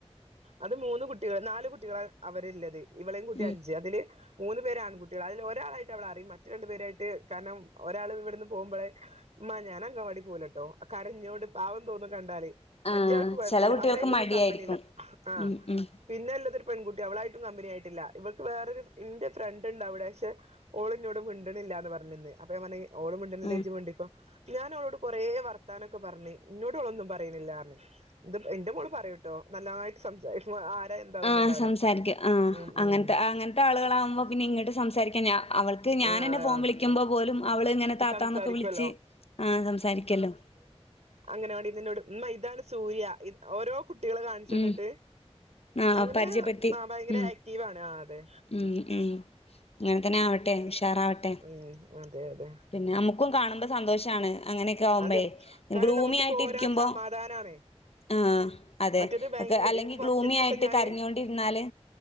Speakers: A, on the right; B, on the left.
A: അത് മൂന്ന് കുട്ടികൾ നാല് കുട്ടികളാ അവരിള്ളത് ഇവളയും കുട്ടി
B: ഉം
A: അഞ്ച് അതില് മൂന്ന് പേരാൺകുട്ടികളാ അതിൽ ഒരാളായിട്ട് അവളറിയും മറ്റു രണ്ട് പേരായിട്ട് കാരണം ഒരാള് ഇവിടുന്ന് പോകുമ്പോളെ- ഉമ്മ ഞാൻ അങ്കവാടി പോവ്വലാട്ടോ കാരഞ്ഞോണ്ട് പാവം തോന്നും കണ്ടാലേ-
B: ആഹ്
A: മറ്റേയാൾക്ക് കുഴപ്പല്ല
B: ചെല കുട്ടികൾക്ക്
A: അവരായിട്ടൊന്നും
B: മടിയായിരിക്കും
A: കമ്പനില്ല ആഹ്
B: ഉം ഉം
A: പിന്നെ ഇല്ലതൊരു പെൺകുട്ടി അവളായിട്ടും കമ്പനി ആയിട്ടില്ല ഇവൾക്ക് വേറൊരു ഇന്റെ ഫ്രണ്ട് ഉണ്ടവിടെ പക്ഷെ ഓളിന്നോട് മിണ്ടണില്ല എന്ന് പറഞ്ഞിന്ന് അപ്പൊ ഞാ പറഞ് ഓള് മിണ്ടണല്ലങ്കി
B: ഉം
A: ജ് മിണ്ടിക്കോ ഞാൻ അവളോട് കൊറേ വർത്താനൊക്കെ പറഞ്ഞ് ഇന്നോട് ഓളോന്നും പറയുന്നില്ലാറഞ് ഇന്റെ മോള് പറയൂട്ടോ നല്ലാട്ട് സംസാരിക്ക ആരാ എന്താന്നൊന്നും
B: ആഹ്
A: ഉണ്ടാവില്ല
B: സംസാരിക്കും ആഹ്
A: ഉം
B: അങ്ങനത്തെ
A: ഉം
B: അങ്ങനത്തെ ആളുകളാകുമ്പോ പിന്നെ ഇങ്ങോട്ട സംസാരിക്കാ അവൾക്ക് ഞാനെ
A: ആഹ്
B: ഫോൺ വിളിക്കുമ്പോ പോലും അവള് ഇങ്ങനെ താത്താന്നൊക്കെ
A: സംസാരിക്കുവല്ലോ
B: വിളിച്ച് ആഹ് സംസാരിക്കല്ലോ
A: അങ്കണവാടിന്ന് ഇന്നോട് ഇതാണ് സൂര്യ ഓരോ കുട്ടികള് കാണിച്ചു തന്നിട്ട്
B: ഉം ആഹ്
A: അങ്ങനെ
B: പരിചയപ്പെടുത്തി
A: ആഹ് ഭയങ്കര
B: ഉം
A: ആക്റ്റീവ ആണ് ആ അതെ
B: ഉം ഉം അങ്ങനെ തന്നെ ആവട്ടെ ഉഷാറാവട്ടെ
A: ഉം അതെ അതെ
B: പിന്നെ നമുക്കും കാണുമ്പോ സന്തോഷാണ് അങ്ങന ആവുമ്പഴെ
A: അതെ കാരണം
B: ഗ്ലുമിയായിട്ടിരിക്കുമ്പോ
A: നമുക്ക് പോരാൻ സമാധാനാണ്
B: ആഹ് അതെ
A: മറ്റേത് ഭയങ്കര
B: ക്കെ അല്ലെങ്കിൽ
A: എനിക്ക് ഫസ്റ്റ്ത്തെ
B: ഗ്ലൂമി
A: ദിവസം
B: ആയിട്ട്
A: ഞാന്
B: കരഞ്ഞുകൊണ്ടിരുന്നാല്